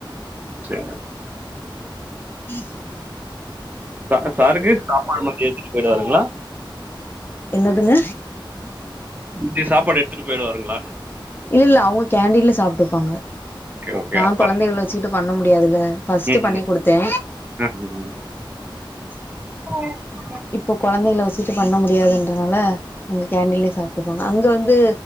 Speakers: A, on the right; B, on the left.
A: சரிங்க
B: <inaudible>
A: அ சாருக்கு சாப்பாடு மதியொ எடுத்துட்டு போயிடுவாருங்ளா
B: என்னதுங்க
A: தியொ சாப்பாடு எடுத்துட்டு போயிருவாருங்களான்ன
B: இல்ல இல்ல அவுங்க கேண்டின்ல சாப்ட்டுப்பாங்க
A: ஓகே ஓகே
B: நா
A: அப்பா
B: கொழந்தைகள வெச்சுட்டு பண்ண முடியாதுல்ல ஃபர்ஸ்ட்டு
A: ம்
B: பண்ணி் கொடுத்தோ
A: ம்
B: இப்ப கொழந்தைகள வெச்சிட்டு பண்ண முடியாதுன்றனால அங்க கேண்டிலே சாப்ட்டுப்பாங்க அங்க வந்து